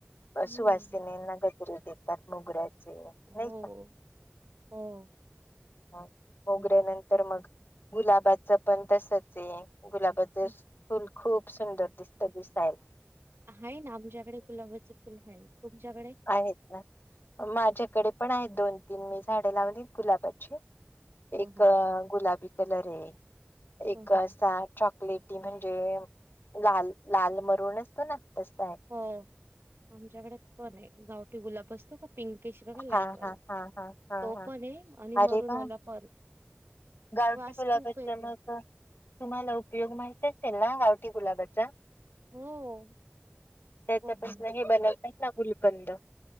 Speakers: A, on the right; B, on the left.
A: हम्म
B: सुवासिनींना गजरे देतात मोगऱ्यात चे नाही
A: हो
B: का?
A: हो.
B: मोगऱ्या नंतर मग, गुलाबाचं पण तसच. ते गुलाबाचे
A: हं,
B: फुल खूप सुंदर दिसत. दिस
A: हाय ना आमच्याकडे गुलाबाच फुल हाय. तुमच्याकडे?
B: आहेत माझ्याकडे पण आहेत दोन तीन मी झाडे लावलीयत गुलाबाची.
A: हो
B: एक
A: हो हो.
B: गुलाबी कलरय, एक
A: हो हो
B: असा
A: हो
B: चॉकलेट टी म्हणजे लाल लाल मरून असतना तसं
A: हो, आमच्याकडे पणय गावटी गुलाब असतो का पिंकेश बगा लाईट
B: हा
A: वाला.
B: हा हा हा हा
A: तो
B: हा
A: पण हे आणि
B: अरे
A: मरून
B: वा
A: वाला पण.
B: गावठी
A: वास
B: गुलाबाच
A: खूप येतो.
B: मग तुम्हाला उपयोग माहिती असेल ना, गावटी गुलाबा चा
A: हो.
B: त्याच्यापासन
A: गोटी
B: हे बनवतय ना गुलकंद.